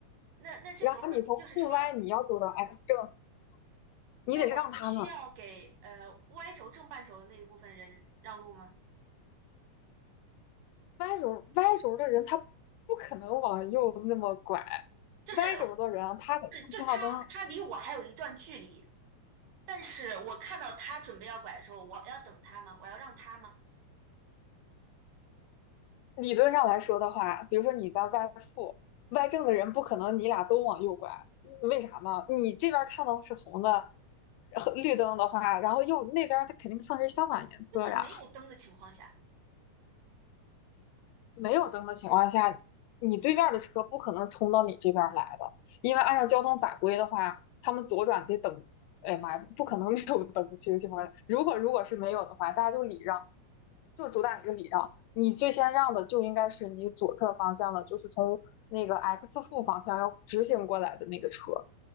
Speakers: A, on the right; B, on the left.
A: 那那这个问题就是说，
B: 然后你从负 Y 你要走到 X 正，你得让他们，
A: 那我还需要给呃 Y 轴正半轴的那一部分人让路吗？
B: 歪轴歪轴的人他不可能往右那么拐，
A: 就是
B: 歪轴的人他得看信号灯。
A: 就是就是他他离我还有一段距离，但是我看到他准备要拐的时候，我要等他吗？我要让他吗？
B: 理论上来说的话，比如说你在歪负，歪正的人不可能你俩都往右拐，为啥呢？你这边看到是红的，呃绿灯的话，然后右那边他肯定看的是相反颜色呀。
A: 就是没有灯的情况下。
B: 没有灯的情况下，你对面的车不可能冲到你这边儿来的，因为按照交通法规的话，他们左转得等。哎呀妈呀，不可能没有灯。其实情况下，如果如果是没有的话，大家就礼让，就主打一个礼让。你最先让的就应该是你左侧方向的，就是从那个 X 负方向要直行过来的那个车。